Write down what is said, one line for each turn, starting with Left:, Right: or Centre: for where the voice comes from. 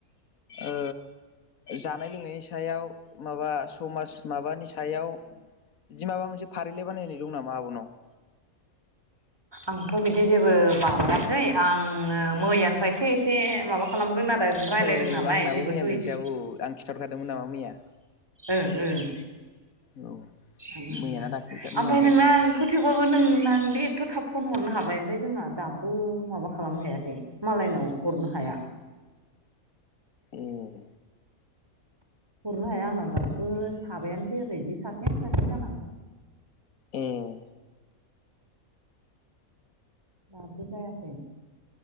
Left: ओ जानाय लोंनायनि सायाव माबा समाज माबानि सायाव बिदि माबा मोनसे फारिलाइ बानायनाय दं ना <unintelligible>
Right: आंथ' बिदि जेबो बानायाखै आङो मैयानिफ्राय एसे एसे माबा खालामदों नालाय रायलायदों
Left: औ
Right: नालाय
Left: आंनाबो
Right: जेबोथ'
Left: मैयानिफायसो
Right: बिदि
Left: औ आं खिथाहरखादोंमोन नामा मैया?
Right: ओ ओं।
Left: औ
Right: ओ
Left: मैयाना दाख्लै दा मैयानिफ्राय
Right: ओमफ्राय नोंना
Left: मैयानिफ्राय
Right: आं खोथेबाबो नोंना दे एथ' थाब फन हरनो हाबाय ओमफ्राय जोंना दाबो माबा खालामनो हायाखै मालायनाव हरनो हाया।
Left: एह।
Right: हरनो हाया आंनाव दाबो साबायानो फैयाखै बे सासेयानो सासे जानानै दं।
Left: एह।
Right: दाबो जायाखै।